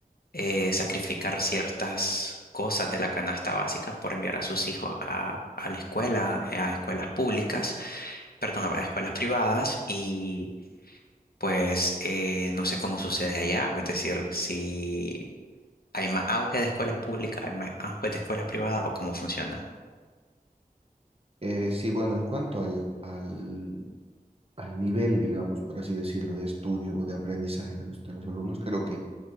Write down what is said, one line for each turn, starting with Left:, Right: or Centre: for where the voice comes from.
Left: eh, sacrificar ciertas cosas de la canasta básica por enviar a sus hijos a, a la escuela, eh, a escuelas públicas, perdón, a escuelas privadas y pues eh, no sé cómo sucede allá, es decir, si hay más auge de escuelas públicas, hay más auge de escuelas privadas o cómo funciona.
Right: Eh, sí, bueno, en cuanto al, al, al nivel, digamos, por así decirlo, de estudio o de aprendizaje de los, de los alumnos, creo que